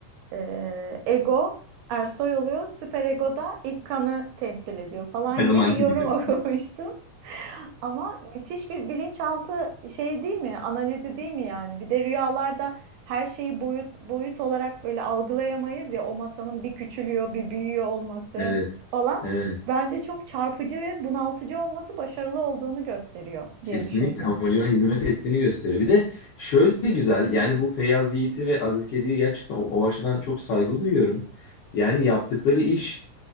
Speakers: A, on the right; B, on the left.
A: E, Ego Ersoy oluyor. Süper Ego da İlkan'ı temsil ediyor falan
B: Her zamanki
A: gibi bir yorum
B: gibi.
A: <laughs> okumuştum. Ama müthiş bir bilinçaltı şey değil mi? Analizi değil mi yani? Bir de rüyalarda her şeyi boyut boyut olarak böyle algılayamayız ya o masanın bir küçülüyor, bir büyüyor olması
B: Evet.
A: falan.
B: Evet.
A: Bence çok çarpıcı ve bunaltıcı olması başarılı olduğunu gösteriyor
B: Kesinlikle
A: diye düşünüyorum.
B: amacına hizmet ettiğini gösteriyor. Bir de şöyle güzel yani bu Feyyaz Yiğit'i ve Aziz Kedi'yi gerçekten o, o açıdan çok saygı duyuyorum. Yani yaptıkları iş